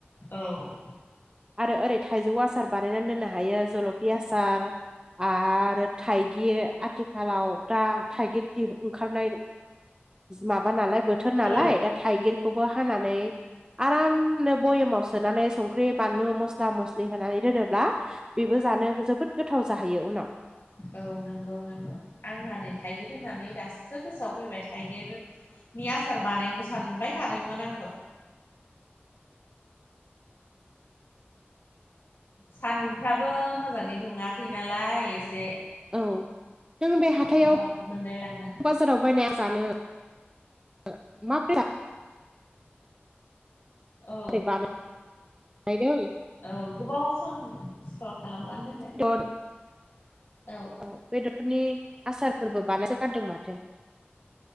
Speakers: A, on the left; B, on the right.
A: औ
B: आरो ओरै थाइजौ आसार बानायनानै दोननो हायो जलफि आसार। आरो थाइगिर आथिखालाव दा थाइगिर दि-ओंखारनाय माबा नालाय बोथोर नालाय
A: औ
B: दा थाइगिरखौबो हानानै आरामनो भयेमाव सोनानै संख्रि बानलु मस्ला मस्लि होनानै दोनोब्ला बेबो जानो जोबोद गोथाव जाहैयो उनाव।
A: औ नंगौ नंगौ आंहा नै थाइगिर होननानै दासो गोसोआव फैबाय थाइगिर। नि आसार बानायनो सानबाय थादोंमोन आंबो। सान्दुंफ्राबो मोजाङै दुङाखै नालाय एसे।
B: औ नों बे हाथायाव
A: माबा मोनलायलाङो
B: बाजाराव बायनाया जानो <unintelligible> माब्रै
A: औ
B: बानायदों <unintelligible>
A: औ गोबाव सम स्टर खालामनानै दोननाय जायो।
B: बेदर
A: औ।
B: औ बेदरफोरनि आसारफोरबो बानायसो गारदों माथो।